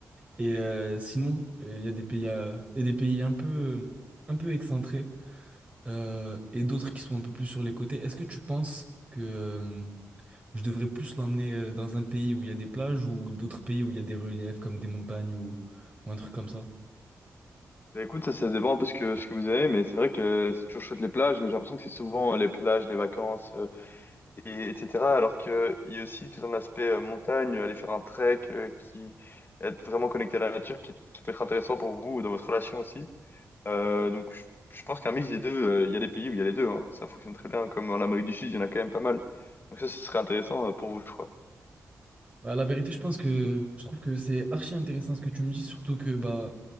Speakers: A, on the right (about 25°); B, on the left (about 40°).
A: Et euh, sinon, euh, il y a des pays, à- il y a des pays un peu, un peu excentrés euh, et d'autres qui sont un peu plus sur les côtés. Est-ce que tu penses que euh, je devrais plus l'emmener euh, dans un pays où il y a des plages ou d'autres pays où il y a des reliefs comme des montagnes ou, ou un truc comme ça?
B: Bah, écoute, ça, ça dépend un peu ce que, ce que vous avez, mais c'est vrai que c'est toujours chouette les plages, mais j'ai l'impression que c'est souvent euh, les plages, les vacances, euh, et, etc. Alors qu'il y a aussi tout un aspect euh, montagne, aller faire un trek, euh, qui être vraiment connecté à la nature, qui, qui peut être intéressant pour vous, ou dans votre relation aussi. Euh, donc je, je pense qu'un mix des deux, euh, il y a des pays où il y a les deux, hein. ça fonctionne très bien, comme en Amérique du Sud, il y en a quand même pas mal. Donc ça, ce serait intéressant euh, pour vous, je crois.
A: Bah, la vérité, je pense que je trouve que c'est archi intéressant ce que tu me dis, surtout que bah